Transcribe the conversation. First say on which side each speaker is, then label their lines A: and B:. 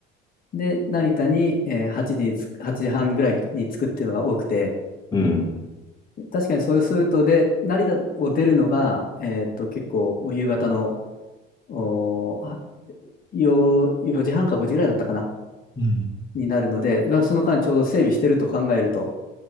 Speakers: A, on the left; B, on the left.
A: で、成田に、えー8時につ、8時半ぐらいに着くっていうのが多くて、
B: うん
A: 確かにそうすると、で、成田を出るのが、えーっと、結構もう夕方の、おー、あよ4時半か5時ぐらいだったかな、
B: う
A: になるので、まあその間ちょうど整備してると考えると、